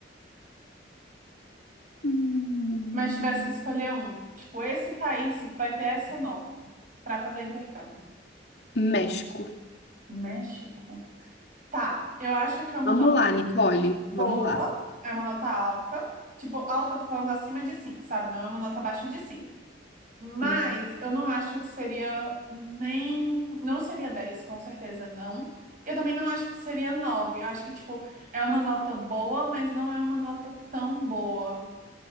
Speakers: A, on the left (about 65°); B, on the right (about 45°).
A: Hum,
B: Mas tivesse que escolher um, tipo, esse país vai ter essa nota para fazer intercâmbio.
A: México.
B: México. Tá, eu acho que é uma
A: Vamos
B: nota
A: lá, Nicole.
B: boa,
A: Vamos lá.
B: é uma nota alta. Tipo, alta, eu tô falando acima de 5, sabe? Não é uma nota abaixo de 5. Mas
A: Hum,
B: eu não acho que seria nem. Não seria 10 com certeza não. Eu também não acho que seria 9. Eu acho que, tipo, é uma nota boa, mas não é uma nota tão boa.